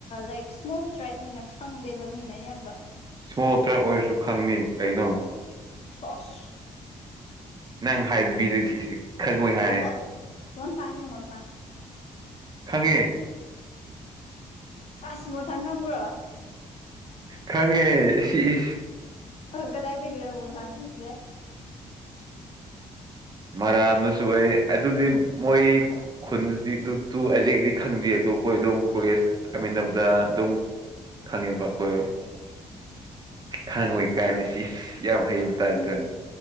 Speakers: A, on the left; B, on the right.
A: ꯂꯥꯏꯛ ꯏꯁꯃꯣꯜ ꯇ꯭ꯔꯥꯏꯞꯅꯦꯅ ꯈꯪꯗꯦꯕ ꯃꯤꯅ ꯑꯌꯥꯝꯕ
B: ꯁꯣꯇ꯭ꯔꯥ ꯑꯣꯏꯔꯁꯨ ꯈꯪꯅꯤ ꯀꯩꯅꯣ
A: ꯆꯁ
B: ꯅꯪ ꯍꯥꯏꯕꯤꯗ ꯁꯤ ꯈꯪꯉꯣꯏ ꯍꯥꯏ
A: ꯑꯃ ꯃꯣꯟꯁꯥꯡꯅꯤ ꯃꯣꯟꯁꯥꯡ
B: ꯈꯪꯉꯦ
A: ꯁꯥꯁ ꯃꯣꯟꯁꯥꯡ ꯈꯪꯕ꯭ꯔꯣ
B: ꯈꯪꯉꯦ ꯏ ꯏ
A: ꯑ ꯀꯗꯥꯥꯏꯗ ꯀꯔ ꯁꯖꯦ
B: ꯃꯥꯔ ꯑꯗꯁꯨꯥꯏ ꯑꯗꯨꯗꯤ ꯃꯣꯏ ꯈꯨꯟꯗꯤ ꯑꯗꯨ ꯑꯦꯖꯤꯛꯗꯤ ꯈꯪꯗꯦ ꯑꯗꯨ ꯑꯩꯈꯣꯏ ꯑꯗꯨꯝ ꯀꯣꯂꯦꯖ ꯇꯕꯗ ꯑꯗꯨꯝ ꯈꯪꯉꯦꯕ ꯑꯩꯈꯣꯏ ꯈꯪꯣꯏ ꯀꯥꯏꯅ ꯁꯤ ꯀꯌꯥ ꯍꯩꯕ ꯇꯥꯏ
A: ꯎꯝ
B: ꯇ